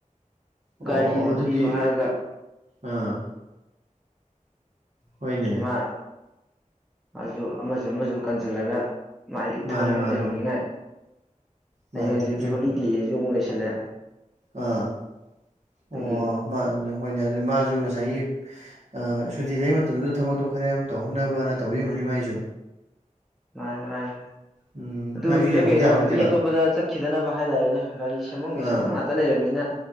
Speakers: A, in the centre; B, on the right.
A: ꯒꯥꯔꯤꯗꯣ
B: ꯑꯣ ꯑꯗꯨꯗꯤ
A: ꯄꯤꯌꯨ ꯍꯥꯏꯔꯒ
B: ꯑꯥ ꯍꯣꯏꯅꯦ
A: ꯃꯥ ꯑꯁꯨ ꯑꯃꯁꯨ ꯑꯃꯁꯨ ꯀꯟꯁꯤꯜꯂꯒ ꯃꯥꯏ
B: ꯃꯥꯅꯦ
A: ꯊꯧꯔꯝ ꯌꯥꯝ
B: ꯃꯥꯅꯦ
A: ꯂꯩꯍꯧꯅꯤꯡꯉꯥꯏ
B: ꯃꯥꯅꯦ
A: ꯍꯌꯦꯡ ꯍꯧꯖꯤꯛꯇꯤ
B: ꯆꯨꯝꯃꯤ ꯆꯨꯝꯃꯤ
A: ꯍꯣꯂꯤꯗꯦꯁꯨ ꯑꯃꯨꯛ ꯂꯩꯁꯜꯂꯦ
B: ꯑꯥ ꯑꯣ
A: ꯑꯗꯒꯤ
B: ꯍꯈꯣꯏꯅꯦ ꯑꯗꯨ ꯃꯥꯁꯨ ꯉꯁꯥꯏꯒꯤ ꯑ ꯁꯨꯇꯤ ꯂꯩ ꯃꯇꯝꯗꯨꯗ ꯊꯕꯛꯇꯣ ꯈꯔ ꯌꯥꯝ ꯇꯧꯍꯧꯅꯕꯅ ꯇꯧꯕꯤꯔꯝꯒꯅꯤ ꯃꯥꯏꯁꯨ
A: ꯥꯃꯥꯏ ꯃꯥꯥꯏ
B: ꯎꯝ
A: ꯑꯗꯨꯒꯤꯔ
B: ꯃꯥꯏꯁꯨ ꯌꯦꯡꯍꯧꯗ
A: ꯀꯩꯅꯣ
B: ꯌꯥꯕ ꯅꯠꯇꯦꯗꯣ
A: ꯃꯤ ꯑꯇꯣꯞꯄꯗ ꯆꯥꯠ ꯈꯤꯗꯅꯕ ꯍꯥꯏꯇꯥꯔꯦꯅꯦ ꯒꯥꯔꯤ ꯁꯦꯝꯐꯝꯝꯒꯤ
B: ꯑꯥ
A: ꯁꯦꯝꯃꯝ ꯉꯥꯛꯇ ꯂꯩꯔꯕꯅꯤꯅ